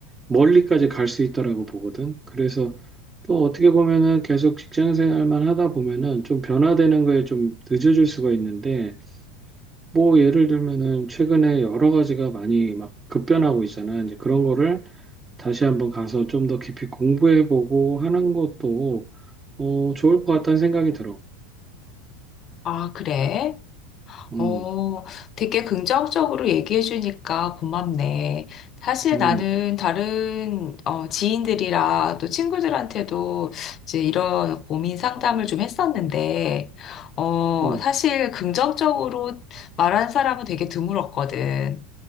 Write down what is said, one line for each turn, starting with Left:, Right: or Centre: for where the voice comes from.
Right: 멀리까지 갈 수 있다라고 보거든. 그래서 또 어떻게 보면은 계속 직장 생활만 하다 보면은 좀 변화되는 거에 좀 늦어질 수가 있는데 뭐 예를 들면은 최근에 여러 가지가 많이 막 급변하고 있잖아. 이제 그런 거를 다시 한번 가서 좀 더 깊이 공부해보고 하는 것도 어, 좋을 것 같다는 생각이 들어.
Left: 아, 그래?
Right: 음,
Left: 어, 되게 긍정적으로 얘기해 주니까 고맙네. 사실
Right: 음,
Left: 나는 다른 어, 지인들이랑 또 친구들한테도 이제 이런 고민 상담을 좀 했었는데, 어,
Right: 음,
Left: 사실 긍정적으로 말한 사람은 되게 드물었거든.